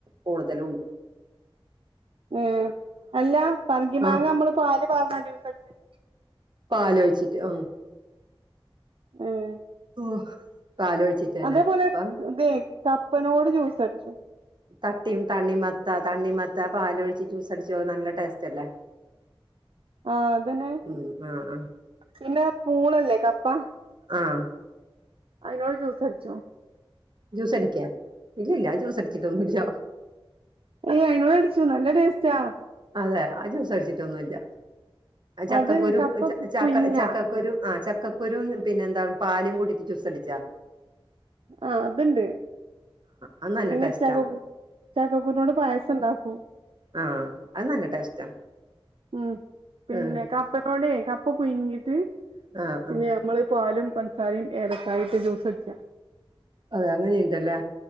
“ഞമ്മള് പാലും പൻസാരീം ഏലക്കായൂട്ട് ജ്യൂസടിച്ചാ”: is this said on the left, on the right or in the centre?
Right